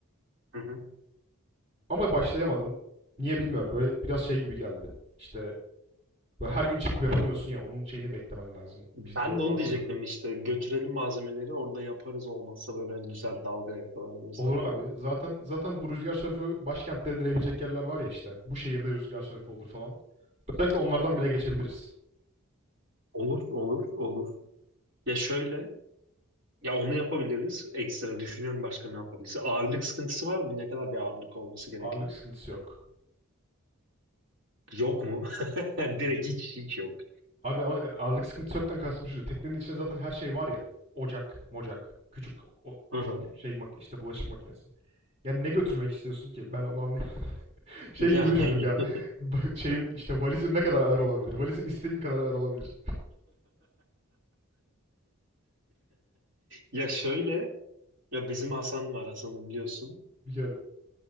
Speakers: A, on the right; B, on the right.
A: Hı hı.
B: Ama başlayamadım. Niye bilmiyorum. Böyle biraz şey gibi geldi. İşte böyle her gün çıkıp yapamıyorsun ya. Onun şeyini beklemen lazım.
A: Ben
B: İşte doğru
A: de onu
B: anlamak.
A: diyecektim işte götürelim malzemeleri orada yaparız olmazsa böyle hani güzel dalga yakalarımızda
B: Olur
A: falan.
B: abi. Zaten zaten bu rüzgar sörfü başkentleri deneyebilecek yerler var ya işte. Bu şehirde rüzgar sörfü olur falan. Özellikle onlardan bile geçebiliriz.
A: Olur, olur, olur. Ya şöyle, ya onu yapabiliriz. Ekstra düşünüyorum başka ne yapabiliriz. Ağırlık sıkıntısı var mı? Ne kadar bir ağırlık olması gerekiyor?
B: Ağırlık sıkıntısı yok.
A: Yok mu? <laughs> Direkt hiç hiç yok.
B: Abi ama e, ağırlık sıkıntısı yoktan kastım şu. Teknenin içinde zaten her şey var ya. Ocak, mocak, küçük o,
A: Hı
B: küçük
A: hı.
B: şey mak- işte bulaşık makinesi. Yani ne götürmek istiyorsun ki? Ben onu anlayamadım. Şey
A: Yani
B: gibi düşündüm ya. <laughs>
A: <laughs>
B: Ba- Şeyim işte valizim ne kadar ağır olabilir? Valizim istediğin kadar ağır olabilir.
A: ya şöyle, ya bizim Hasan var Hasan'ı biliyorsun.
B: Biliyorum.